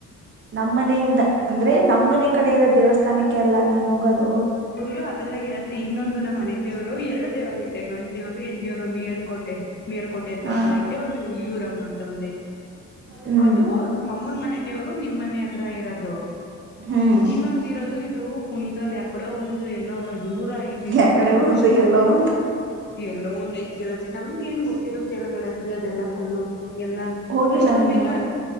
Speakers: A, on the right (about 40°); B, on the left (about 35°).
A: ನಮ್ಮ ಮನೆಯಿಂದ ಅಂದ್ರೆ ನಮ್ಮ ಮನೆ ಕಡೆ ಇರೋ ದೇವಸ್ಥಾನಕ್ಕೆ ಅಲ್ಲಾ ನೀನು ಹೋಗೋದು
B: ಅಯ್ಯೋ ಅದೆಲ್ಲಾಗಿ ಇರತ್ತತಿ ಇನ್ನೊಂದು ನಮ್ಮ್ ಮನೆ ದೇವ್ರು ಎರಡು ದೇವರು ಐತೆ ಗಂಡ ದೇವ್ರು ಎಂಡೇವರು ಮೇಲ್ಕೋಟೆ ಮೇಲ್ಕೋಟೆ ಅಂತ
A: ಹಾ
B: ಒಂದಐತೆ ಒಂದು ಯಯೂರಮ್ ಅ ಬಂದ
A: ಹ್ಮ್
B: ಅದು ನಮ್ಮ ಅಮ್ಮನ ಮನೆ ದೇವರು ನಿಮ್ಮ್ ಮನೆ ಹತ್ರ ಇರೋದು
A: ಹ್ಮ್
B: ಇನ್ನೊಂದ ಇರೋದು ಇದು ಕುಣಿಗಲ್ ಯಾಕ ಒಂದು ಎಲ್ಲೋ ದೂರ ಆಯ್ತಿದ್ದು
A: ಯಕಡೆ ಒಂದು
B: ಸು
A: ಎಲ್ಲ ಒಂದು
B: ಎಲ್ಲೋ ಒಂದ ಐದ್ ಗಿರತಿ ನಮ್ಗೆ ಏನ್ ಗೊತ್ತಿರುತ್ತೆೇಳಗೆಳತಿ ಅದೆಲ್ಲ ಫುಲ್ಲು ಎಲ್ಲ
A: ಹೋಗಿಲ್ಲ
B: ಅಷ್ಟೊಂದ
A: ನೀನು
B: ಎಲ್ಲ